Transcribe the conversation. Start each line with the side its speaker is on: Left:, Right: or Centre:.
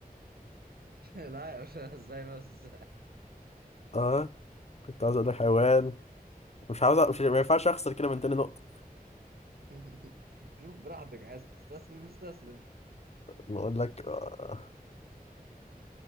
Right: <laughs> لا يا باشا ازاي بس
Left: اه كنت عاوز اقول لك حيوان مش عاوز أ- مش ما ينفعش اخسر كده من تاني نقطة
Right: <laughs> شوف براحتك عايز تستسلم استسلم
Left: نقول لك آه